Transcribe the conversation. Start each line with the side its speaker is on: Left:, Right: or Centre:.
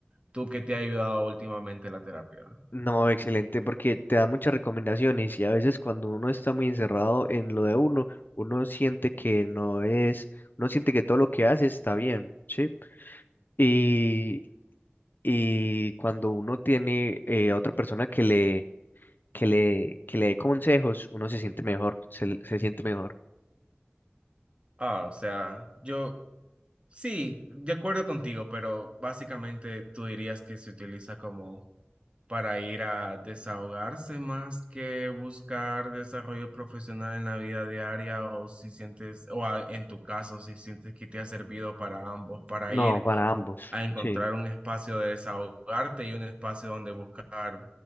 Right: tú que te ha ayudado últimamente la terapia?
Left: No, excelente, porque te da muchas recomendaciones y a veces cuando uno está muy encerrado en lo de uno, uno siente que no es, uno siente que todo lo que hace está bien, ¿sí? Y, y cuando uno tiene eh, a otra persona que le, que le, que le dé consejos, uno se siente mejor, se, se siente mejor.
Right: Ah, o sea, yo... Sí, de acuerdo contigo, pero básicamente tú dirías que se utiliza como para ir a desahogarse más que buscar desarrollo profesional en la vida diaria o si sientes, o a- en tu caso, si sientes que te ha servido para ambos, para
Left: No,
Right: ir
Left: para ambos,
Right: a encontrar
Left: sí.
Right: un espacio de desahogarte y un espacio donde buscar